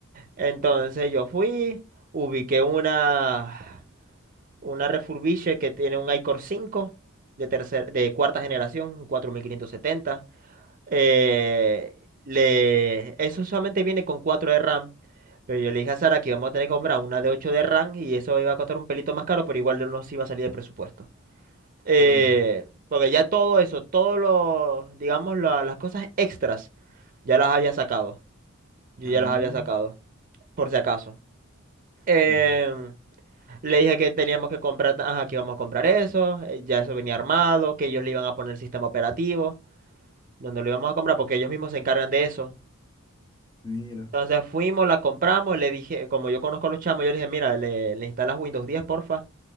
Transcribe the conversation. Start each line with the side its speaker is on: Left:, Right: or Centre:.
Right: entonces yo fui, ubiqué una. Una Refurbished que tiene un iCore 5 de, tercer, de cuarta generación, un 4570. Eh, le, eso solamente viene con 4 de RAM. Pero yo le dije a Sara que íbamos a tener que comprar una de 8 de RAM y eso iba a costar un pelito más caro, pero igual no nos iba a salir de presupuesto. Eh,
Left: claro.
Right: porque ya todo eso, todos los, digamos, la- las cosas extras, ya las había sacado. Yo
Left: Ah,
Right: ya las había sacado, por si acaso. Em,
Left: claro.
Right: le dije que teníamos que comprar, ajá, que íbamos a comprar eso, eh, ya eso venía armado, que ellos le iban a poner el sistema operativo, donde lo íbamos a comprar, porque ellos mismos se encargan de eso.
Left: Mira.
Right: Entonces fuimos, la compramos, le dije, como yo conozco a los chamos, yo le dije, mira, le, le instalas Windows 10, porfa.